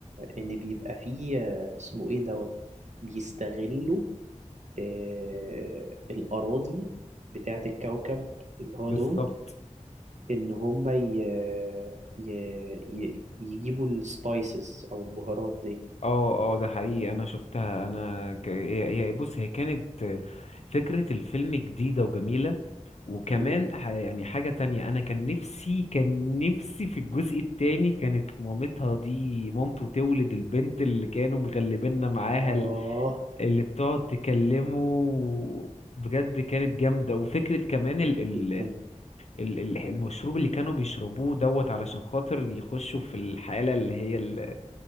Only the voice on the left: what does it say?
بالظبط
اه اه ده حقيقي انا شفتها انا ك... هي هي- بص هي كانت فكرة الفيلم جديدة وجميلة وكمان
ح... يعني حاجة تانية انا كان نفسي كان نفسي في الجزء التاني كانت مامتها دي مامته تولد البنت اللي كانوا مغلبيننا معاها
اللي بتقعد تكلمه بجد كانت جامدة وفكرة كمان ال ال
ال ال- المشروب اللي كانوا بيشربوه دوت علشان خاطر يخشوا في الحالة اللي هي ال-